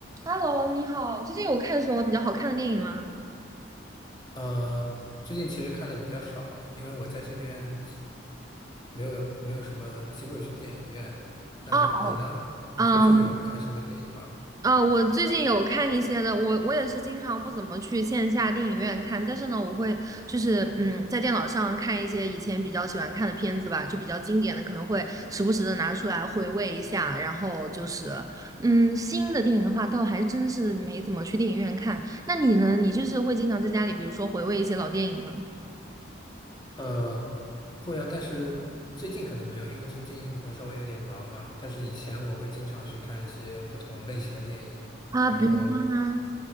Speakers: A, on the right (about 20°); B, on the left (about 20°).
A: Hello，你好，最近有看什么比较好看的电影吗？
B: 呃，最近其实看的比较少，因为我在这边没有没有什么机会去电影院。那你呢？
A: 啊，
B: 你最近有看什么电影吗？
A: 嗯嗯，我最近有看一些的，我我也是经常不怎么去线下电影院看，但是呢，我会就是嗯，在电脑上看一些以前比较喜欢看的片子吧，就比较经典的，可能会时不时的拿出来回味一下。然后就是嗯，新的电影的话，倒还真是没怎么去电影院看。那你呢？你就是会经常在家里，比如说回味一些老电影吗？
B: 呃，会啊，但是最近可能没有，因为最近可能稍微有点忙嘛。但是以前我会经常去看一些不同类型的电影，
A: 啊，
B: 比如，
A: 比如说呢？